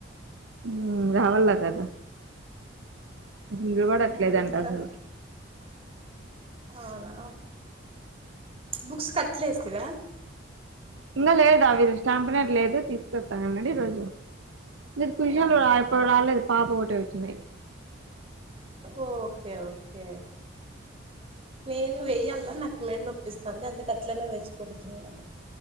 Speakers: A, on the right (about 80°); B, on the right (about 30°).
A: ఉమ్ రావల్లా కదా నిలబడట్లేదంట
B: ఉమ్ ఇంకా
A: అసలుకి
B: అవునా బుక్స అట్లేస్తివా
A: ఇంగ లేదా విరు స్టాంపినర్ లేదు తీసుకత్త అన్నడు ఈరోజు ఇది కుశాలు
B: అవునా
A: రా ఇప్పుడు రాలేదు పాప ఒక్కటే వచ్చింది
B: ఓ ఓకే ఓకే నేను వెయ్యాల్ల నాకు మెడనొప్పిస్తాంది అందుకే అట్లనే వచ్చి కూర్చున్న